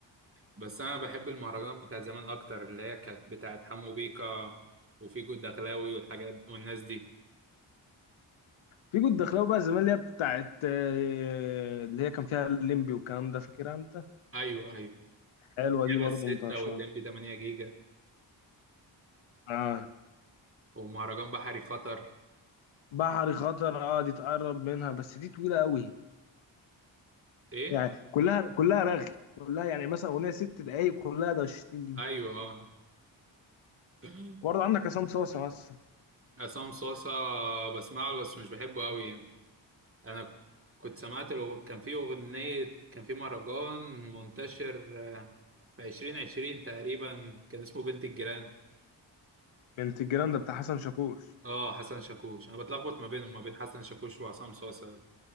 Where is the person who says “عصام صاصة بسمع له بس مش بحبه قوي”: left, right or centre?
Right